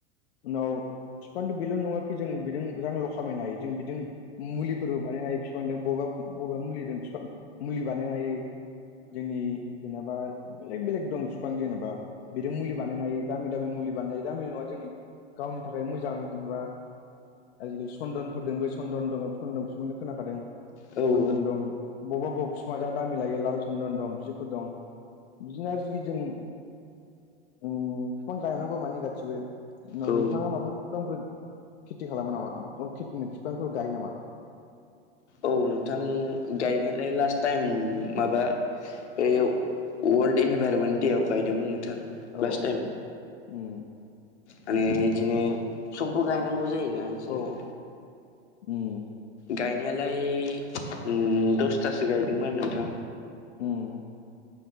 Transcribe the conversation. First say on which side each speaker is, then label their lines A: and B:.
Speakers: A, on the left (about 65°); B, on the left (about 80°).
A: उनाव। बिफांथ' बेल' नङाखि जों बिजों रांल' खामायनो हायो जों बिजों मुलिफोरबो बानायनो हायो बिफांजों बबेबा बबेबा मुलिदों मुलि बानायनो हायो। जोंनि जेनेबा बेलेग बेलेग दं बिफां जेनेबा बेर मुलि। बानायनो हायो दामि दामि मुलि बानायनो दामिनि नङा जोंनि गावनि थाखाय मोजां मोजां जेनेबा आजिखालि सन्दनफोरदों ब सन्दन दङ सन्दन बिनो खोनाखादों।
B: औ
A: चन दं बबावबा बबावबा बिफाङा जा दामि लायो लाल चन्दन दं बिफोर दं बिदिनो आरोखि जों ओ फिफां गायनांगौ माने गासिबो नोंथाङा
B: औ
A: माबा बिफांफोर खेथि खालामो नामाे ओ खेथि बिफांफोर गायो नामा?
B: औ नोंथां गायनायालाय लास्ट टाइम माबा बे वर्ल्ड इनभाइरमेन्ट दे आव गायदोंमोन नोंथां
A: औ
B: लास्ट टाइम
A: उम
B: माने इदिनो सबबो गायनांगौ जायोना। इदिनो
A: औ ओम
B: गायनायालाय ओम दसथासो गायदोंमोन नोंथां।
A: उम